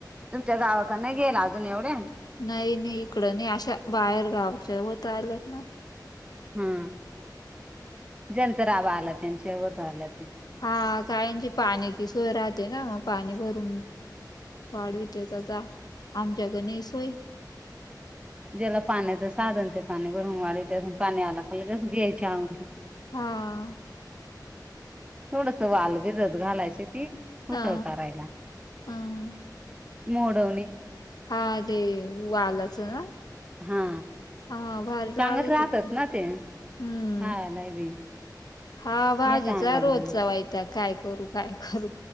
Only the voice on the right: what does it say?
तुमच्या गावाकडन गेल अजून एवढे
हम्म ज्यांचा रावा आला त्यांच्या होत आल्याती
ज्याला पाण्याच साधन ते पाणी भरून वाडीत्या पाणी आला का लगेच घ्यायच आव
थोडस वाल भिजत घालायची ती ऊसळ
करायला.
मोडऊनी.
हा
चांगत राहतात
ना ते
खायला बी
येत आम्हाला